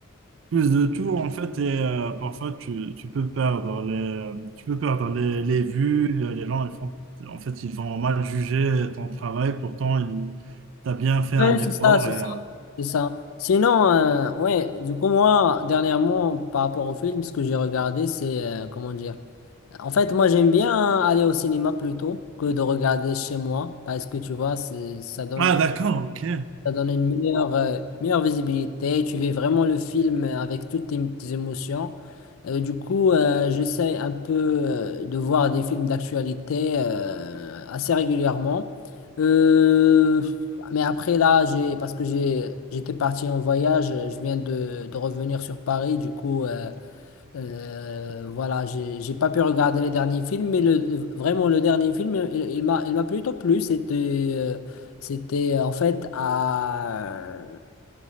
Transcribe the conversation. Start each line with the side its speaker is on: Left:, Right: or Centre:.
Right: plus de tout en fait et euh, parfois tu, tu peux perdre les tu peux perdre les, les vues euh, les gens ils font en fait ils vont mal juger ton travail pourtant ils t'as bien fait un
Left: Ouais, c'est
Right: effort
Left: ça, c'est
Right: et
Left: ça,
Right: euh,
Left: c'est ça. Sinon, euh, ouais, du coup, moi, dernièrement, par rapport au film, ce que j'ai regardé, c'est, euh, comment dire, en fait, moi, j'aime bien aller au cinéma plutôt que de regarder chez moi, parce que, tu vois, c'est, ça donne
Right: ah d'accord ok
Left: Ça donne une meilleure, euh, meilleure visibilité. Tu vis vraiment le film euh, avec toutes tes, tes émotions. Euh, du coup, euh, j'essaie un peu euh, de voir des films d'actualité euh, assez régulièrement. Euh, mais après, là, j'ai, parce que j'ai, j'étais parti en voyage, euh, je viens de, de revenir sur Paris. Du coup, euh, euh, voilà, j'ai j'ai pas pu regarder les derniers films, mais le, le- vraiment le dernier film, il, il m'a il m'a plutôt plu. C'était euh, c'était euh, en fait à